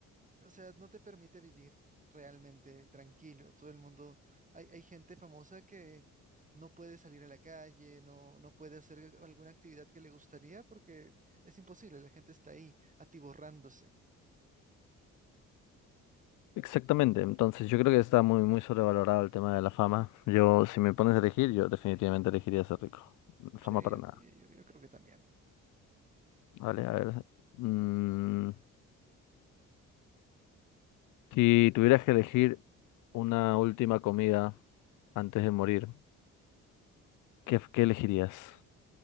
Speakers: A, on the right (about 25°); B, on the left (about 80°).
A: o sea, no te permite vivir realmente tranquilo. Todo el mundo, hay, hay gente famosa que no puede salir a la calle, no, no puede hacer alguna actividad que le gustaría porque es imposible, la gente está ahí atiborrándose.
B: Exactamente. Entonces yo creo que está muy, muy sobrevalorado el tema de la fama. Yo, si me pones a elegir, yo definitivamente elegiría ser rico.
A: Sí,
B: Fama para
A: yo,
B: nada.
A: yo- yo creo que también.
B: Vale, a ver. mm, si tuvieras que elegir una última comida antes de morir, ¿qué, qué elegirías?